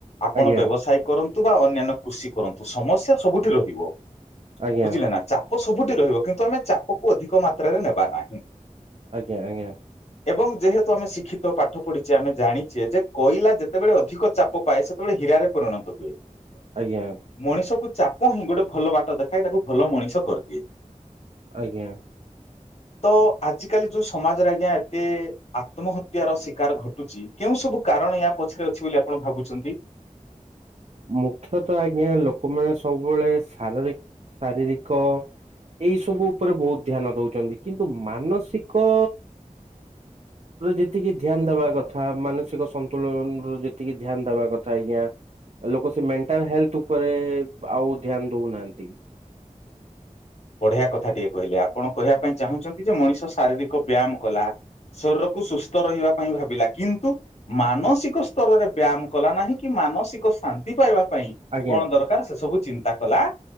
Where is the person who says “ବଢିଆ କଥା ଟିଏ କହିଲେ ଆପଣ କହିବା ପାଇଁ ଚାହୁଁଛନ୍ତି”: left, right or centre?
Left